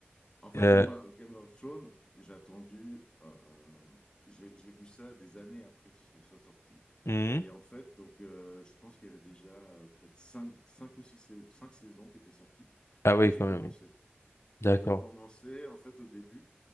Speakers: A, on the left; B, on the left.
A: En fait,
B: euh,
A: moi, Game of Thrones, j'ai attendu, euh, j'ai j'ai vu ça des années après que ce soit sorti.
B: mm.
A: Et en fait, donc, euh, je pense qu'il y avait déjà euh, peut-être cinq, cinq ou six, sais- cinq saisons qui étaient sorties.
B: Ah oui,
A: Et j'ai
B: quand
A: commencé.
B: même. oui. D'accord.
A: Et j'ai commencé, en fait, au début.